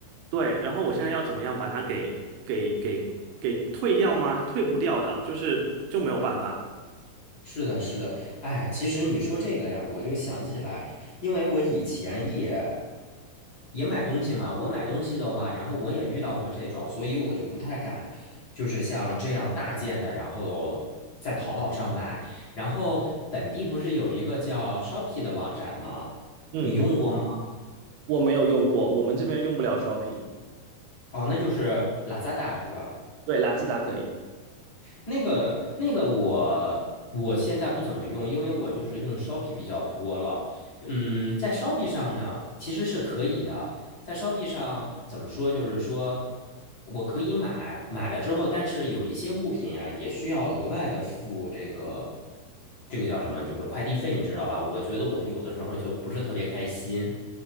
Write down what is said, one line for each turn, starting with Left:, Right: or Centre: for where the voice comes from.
Right: 对，然后我现在要怎么样把它给给给给退掉吗？退不掉的，就是就没有办法。
Left: 是的，是的，哎，其实你说这个呀，我就想起来，因为我以前也也买东西嘛，我买东西的话，然后我也遇到过这种，所以我就不太敢，就是像这样大件的，然后在淘宝上买。然后本地不是有一个叫 Shopee 的网站吗？
Right: 嗯，
Left: 你用过吗？
Right: 我没有用过，我们这边用不了 s h o p p i n g
Left: 哦，那就是 Lazada 是吧？
Right: 对，雅姿达可以。
Left: 那个那个我我现在不怎么用，因为我就是用 Shopee 比较多了。嗯，在 Shopee 上呢，其实是可以的。在 Shopee 上怎么说，就是说我可以买，买了之后，但是有一些物品啊，也需要额外的付这个这个叫什么，就是快递费，你知道吧？我觉得我有的时候就不是特别开心。